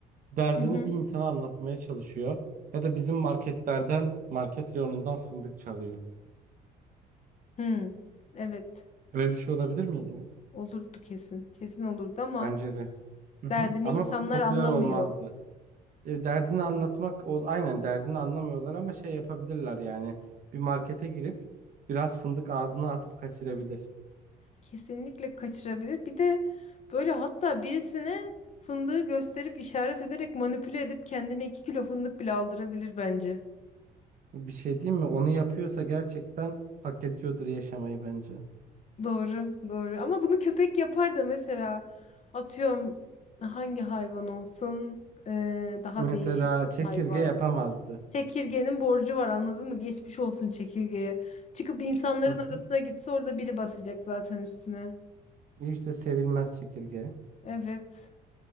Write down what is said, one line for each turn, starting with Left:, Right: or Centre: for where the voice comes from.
Right: Derdini
Left: Hı hı,
Right: bir insana anlatmaya çalışıyor. Ya da bizim marketlerden, market reyonundan fındık çalıyor.
Left: hı. Evet.
Right: Böyle bir şey olabilir miydi?
Left: Olurdu kesin. Kesin olurdu ama
Right: Bence de. Hı
Left: derdini
Right: hı. Ama
Left: insanlar
Right: popüler
Left: anlamıyor.
Right: olmazdı. E, derdini anlatmak, o, aynen derdini anlamıyorlar ama şey yapabilirler yani. Bir markete girip biraz fındık ağzına atıp kaçırabilir.
Left: Kesinlikle kaçırabilir. Bir de böyle hatta birisine fındığı gösterip işaret ederek manipüle edip kendine 2 kilo fındık bile aldırabilir bence.
Right: Bir şey diyeyim mi? Onu yapıyorsa gerçekten hak ediyordur yaşamayı bence.
Left: Doğru, doğru. Ama bunu köpek yapar da mesela atıyorum hangi hayvan olsun Ee, daha
Right: Mesela
Left: değişik bir
Right: çekirge
Left: hayvan.
Right: yapamazdı.
Left: Çekirgenin borcu var anladın mı? Geçmiş olsun çekirgeye. Çıkıp insanların
Right: Hı
Left: arasına
Right: hı.
Left: gitse orada biri basacak zaten üstüne.
Right: İşte sevilmez çekirge.
Left: Evet.